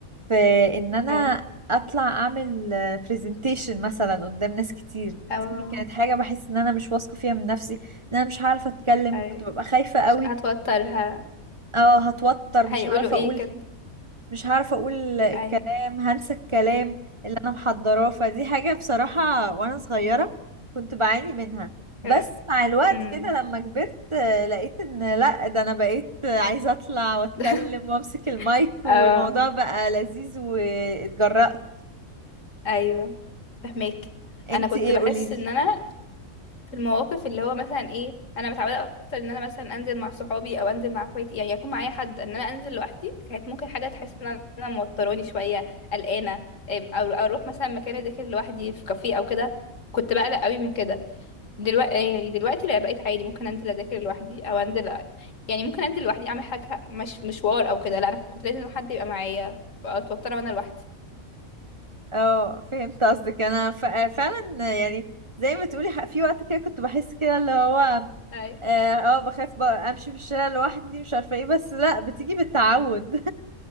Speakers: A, on the right (about 25°); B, on the left (about 60°).
A: في ان انا
B: اي
A: اطلع اعمل برزنتيشن مثلا قدام ناس كتير
B: او
A: دي كانت حاجة بحس ان انا مش واثقة فيها من نفسي ان انا مش عارفة اتكلم
B: اي
A: كنت ببقى خايفة قوي
B: مش هتوترها
A: اه هتوتر
B: هيقولوا
A: مش عارفة
B: ايه
A: اقول
B: كده
A: مش عارفة اقول الكلام
B: ايوه
A: هنسى الكلام اللي انا محضراه فدي حاجة بصراحة وانا صغيرة كنت بعاني منها بس
B: آه،
A: مع الوقت
B: امم
A: كده لما كبرت آه، لقيت ان لا ده انا بقيت عايزة اطلع واتكلم
B: <laughs>
A: وامسك المايك
B: اه
A: والموضوع بقى لذيذ واتجرأت
B: ايوه فهمك
A: انت
B: انا كنت
A: ايه
B: بحس
A: قوليلي
B: ان انا في المواقف اللي هو مثلا ايه انا متعوده اكتر ان انا مثلا انزل مع صحابي او انزل مع اخواتي يعني يكون معايا حد ان انا انزل لوحدي كانت ممكن حاجه تحس ان انا موتراني شويه قلقانه أم، او أو اروح مثلا مكان اذاكر لوحدي في كافيه او كده كنت بقلق قوي من كده دلوقتي يعني دلوقتي لا بقيت عادي ممكن انزل اذاكر لوحدي او انزل أ- يعني ممكن انزل لوحدي اعمل حاجه مش مشوار او كده لا انا كنت لازم حد يبقى معايا اتوتر وانا لوحدي
A: اه فهمت قصدك انا ف- فعلا يعني زي ما تقولي ح- في وقت كده كنت بحس كده اللي هو
B: اي
A: اه آه، بخاف بقى امشي في الشارع لوحدي مش عارفه ايه بس لا بتيجي بالتعود